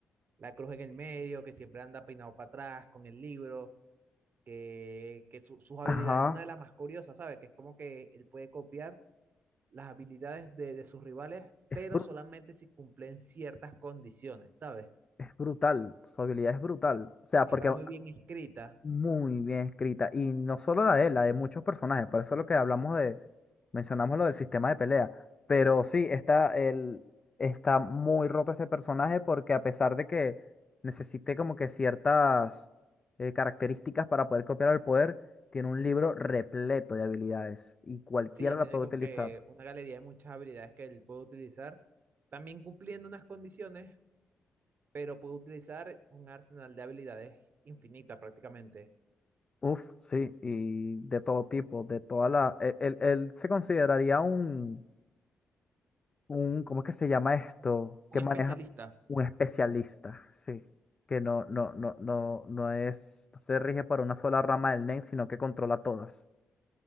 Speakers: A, on the right; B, on the left.
A: la cruz en el medio, que siempre anda peinado para atrás con el libro, que, que su- sus habilidades
B: Ajá.
A: es una de las más curiosas, ¿sabes? Que es como que él puede copiar las habilidades de, de sus rivales,
B: Es,
A: pero
B: bru-
A: solamente si cumplen ciertas condiciones, ¿sabes?
B: es brutal. Su habilidad es brutal. O sea,
A: está
B: porque
A: muy bien escrita.
B: muy bien escrita. Y no solo la de él, la de muchos personajes. Por eso es lo que hablamos de, mencionamos lo del sistema de pelea. Pero sí, está, el, está muy roto este personaje porque a pesar de que necesite como que ciertas eh, características para poder copiar el poder, tiene un libro repleto de habilidades y cualquiera
A: Sí, ya
B: la
A: tiene
B: puede
A: como
B: utilizar.
A: que una galería de muchas habilidades que él puede utilizar, también cumpliendo unas condiciones, pero puede utilizar un arsenal de habilidades infinita prácticamente.
B: Uf, sí, y de todo tipo, de toda la... Él, él- él se consideraría un... un, ¿cómo es que se llama esto? Que
A: Un especialista.
B: maneja un especialista, sí. Que no, no, no, no, no es, no se rige para una sola rama del NEM, sino que controla todas.